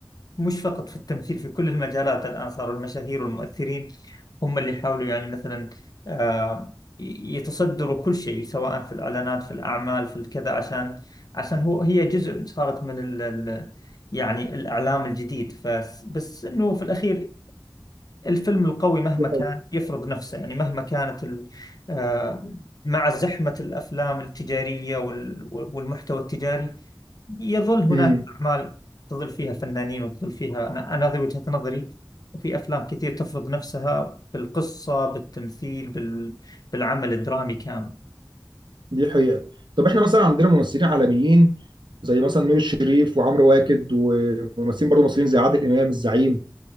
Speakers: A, on the left; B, on the right.
A: مش فقط في التمثيل في كل المجالات الآن صاروا المشاهير والمؤثرين هم اللي يحاولوا يعني مثلا آه، ي- يتصدروا كل شيء سواء في الإعلانات في الأعمال في الكذا عشان عشان هو هي جزء صارت من ال ال يعني الإعلام الجديد فس بس إنه في الأخير الفيلم القوي مهما
B: دي
A: كان يفرض نفسه يعني مهما كانت ال آه، مع زحمة الأفلام التجارية وال- والمحتوى التجاري يظل هناك
B: حقيقة.
A: أعمال تظل فيها فنانين وتظل فيها أنا أنا هذه وجهة نظري وفي أفلام كثير تفرض نفسها بالقصة بالتمثيل بال... بالعمل الدرامي كامل
B: دي حقيقة طب احنا مثلا عندنا ممثلين عالميين زي مثلا نور الشريف وعمرو واكد وممثلين برضه مصريين زي عادل امام الزعيم